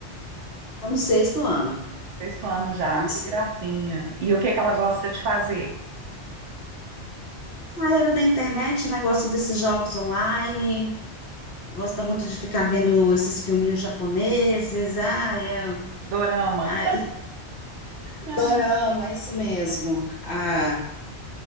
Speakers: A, on the left; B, on the right.
A: Tô no sexto ano,
B: Sexto ano já,
A: tá no
B: que
A: sexto.
B: gracinha. E o que que ela gosta de fazer?
A: Essa era da internet, negócio desses jogos online, gosta muito de ficar vendo esses filminhos japoneses, ah, é,
B: Dorama.
A: ah, e
B: Ah,
A: dorama, isso mesmo. Ah,